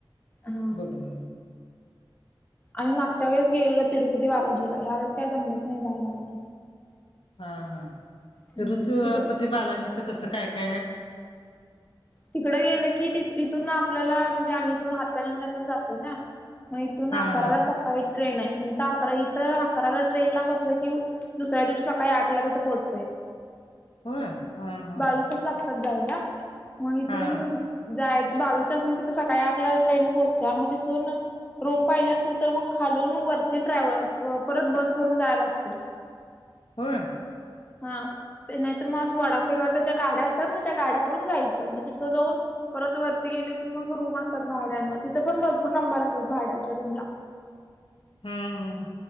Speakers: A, on the left; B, on the left.
A: हा
B: बघण
A: आम्ही मागच्या वेळे गेलो तिरुपती बालाजीला या वेळेस काय जमलंच नाही जायला कुठं
B: हा हा
A: हम्म.
B: तिरूचरपती
A: तिकडं
B: बालाजीचं कसं काय काय आहे
A: तिकडें गेलं की इथून ना आपल्याला म्हणजे आम्ही इथून हातकलंगलेतून जाते ना मग इथून
B: हा
A: अकराला
B: हा
A: सकाळी ट्रेन आहे म्हण अकरा इथं अकराला ट्रेन ला बसलं कि दुसऱ्या दिवशी सकाळी आठ ला तिथं पोहोचते
B: होय हा हा
A: बावीस तास लागतात जायला मग इथून
B: हा
A: जायचं बावीस तास म तिथं सकाळी आठ ला ट्रेन पोचत्या मग तिथून रूम पाहिजे असेल तर मग खालून वरती ट्रॅव्हल परत बस करून जाय लागते
B: हो
A: हा ते नाहीतर मग वडापाच्या गाड्या असतात मग त्या गाड्याकडून जायचं मग तिथं जाऊन परत वरती गेले की मग रूम असतात भाड्यांन तिथं पण भरपूर नंबर असतात भाड्यांच्या रूमला
B: हम्म हमम